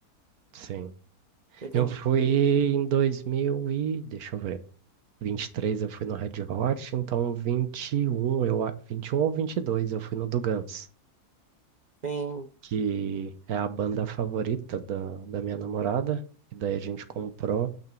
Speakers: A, on the right; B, on the right.
A: Sim.
B: Teve
A: Eu
B: um...
A: fui em dois mil e, deixa eu ver, vinte e três eu fui no Red Hot, então 21 eu, a- 21 ou 22 eu fui no do Guns.
B: Tem...
A: que é a banda favorita da, da minha namorada. E daí a gente comprou,